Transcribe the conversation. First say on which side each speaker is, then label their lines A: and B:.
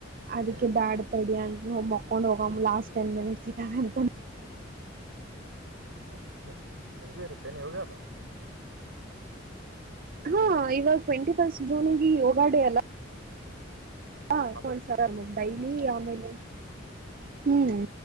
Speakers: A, on the right; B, on the right.
A: ಅದಕ್ಕೆ
B: ಹ್ಮ್
A: ಬ್ಯಾಡ್ ತಡಿ ಅಂತ ಮಕೊಂಡ್ ಹೋಗಮ್ಮ ಲಾಸ್ಟ್ ಟೈಮ್ ಏನ್ ಇರ್ತಂತ
B: ಹ್ಮ್ ಹ್ಮ್ ನಿಮಗೂ ಇರುತ್ತೆನು ಯೋಗ ಅದು
A: ಹಾ ಇವಾಗ ಟ್ವೆಂಟಿ ಫಸ್ಟ್ ಜೂನ್ಗೆ ಯೋಗ ಡೇ ಅಲ್ಲ ಹಾ
B: ಅದ್ರ
A: ಕೊಂಡ ಸರ ಡೈಲಿ ಆಮೇಲೆ <inaudible> ಹ್ಮ್